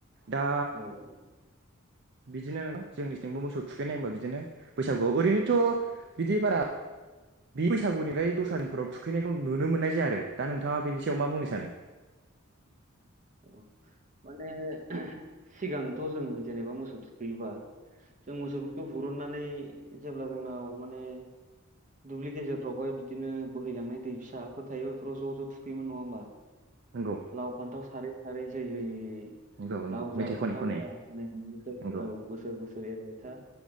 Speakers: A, on the right; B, on the right.
A: दा
B: औ औ
A: बिदिनो जोंनिथिंबो मोसौ थुखैनाय होमबा बिदिनो बैसागुआव ओरैनोथ बिदि बारा बे बैसागुनिफाय <unintelligible> थुखैनायखौ नुनो मोननाय जाया आरो दा नोंथाङा बेनि सायाव मा बुंनो सानो
B: औ माने सिगांथ जों जेनेबा मोसौ थु <unintelligible> जों मोसौफोरखौ हुरुननानै जेब्ला जोंनाव माने दुब्लि गेजेर फ्रावहाय बिदिनो बोहैलांनाय दै फिसाफोर थायो बेफोराव ज' ज' थुखैयोमोन नङा होमबा?
A: नंगौ
B: लाव फान्थाव सारै सारै जै होयै होयै
A: नंगौ नंगौ
B: लाव जा
A: मेथाइ
B: फान्थाव
A: खनै खनै
B: जा <unintelligible>
A: नंगौ
B: औ बोसोर बोसोर ओरै नोंथां